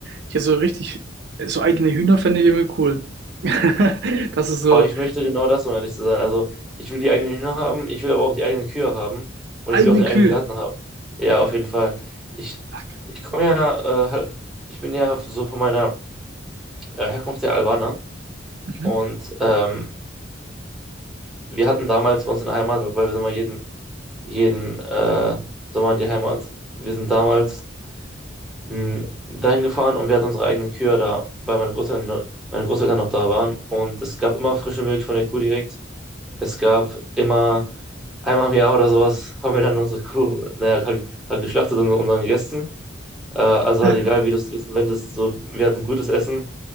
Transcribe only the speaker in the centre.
Aber ich möchte genau das, um ehrlich zu sein. Also, ich will die eigenen Hühner haben, ich will aber auch die eigenen Kühe haben und
ich will auch den
eigenen Garten haben. Ja, auf jeden Fall. Ich,
ich komme ja, äh, halt- ich bin ja so von meiner äh, Herkunft der Albaner
und ähm, wir hatten damals bei uns in der Heimat, weil wir sind mal jeden, jeden äh, Sommer in die Heimat. Wir sind damals mh, dahin gefahren und wir hatten unsere eigenen Kühe da, weil meine Großeltern, ne- meine Großeltern noch da waren. Und es gab immer frische Milch von der Kuh direkt. Es gab immer einmal im Jahr oder sowas, haben wir dann unsere Kuh, naja, halt, halt geschlachtet und, und dann gegessen. Äh, also
halt egal, wie du es wendest, so, wir hatten gutes Essen